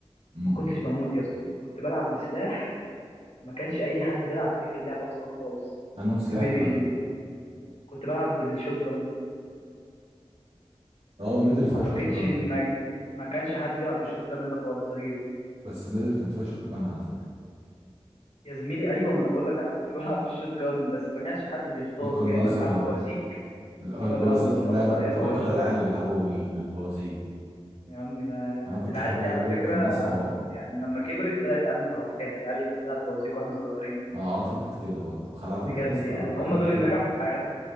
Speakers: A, on the right; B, on the left.
A: امم
B: ما كنتش بموت يا اسطى وكنت بلعب بسلاح ما كانش اي حد بيلعب بيه في اللعبه اصلا خالص
A: انه سلاح
B: في ميدل
A: طيب
B: دي كنت بلعب بالشوت جان
A: اه ميدل
B: ما
A: فيها
B: اعتقدش
A: شوت جان
B: ان ما ما كانش حد بيلعب بالشوت جان ده خالص غيري
A: بس ميدل كان فيها شوت جان على فكره
B: يا زميلي ايوه ما انا بقول لك انا كنت <laughs> بلعب بالشوت جان بس ما كانش حد بيختاره
A: القناصه
B: يا اما بيلعبوا بوازيك
A: ال- آه،
B: يا
A: البوازيك
B: اما بيلعبوا قناصه
A: لا انا كنت
B: يا اما
A: بكره
B: رشاش
A: العيال اللي بيلعبوا بال... بالبوازيك دي
B: يا عم ده
A: انا كنت
B: العيال
A: احب
B: دي
A: اجيب
B: على فكره
A: القناصه و...
B: يعني لما كبرت طلعت عيال متوحده العيال اللي كانت بتلعب بوازيك واحنا صغيرين دي
A: آه، اعتقد كده برضه على فكره
B: بجد
A: يا اسطى
B: يعني هم
A: انا كنت
B: دول اللي نجحوا في حياتهم